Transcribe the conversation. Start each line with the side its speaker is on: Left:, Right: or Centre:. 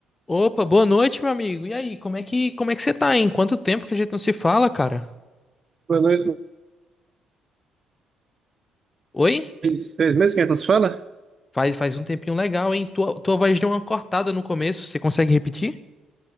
Left: Opa, boa noite, meu amigo. E aí, como é que, como é que você tá, hein? Quanto tempo que a gente não se fala, cara?
Right: Boa noite.
Left: Oi?
Right: Três três meses que a gente não se fala?
Left: Faz, faz um tempinho legal, hein? Tua, tua voz deu uma cortada no começo, você consegue repetir?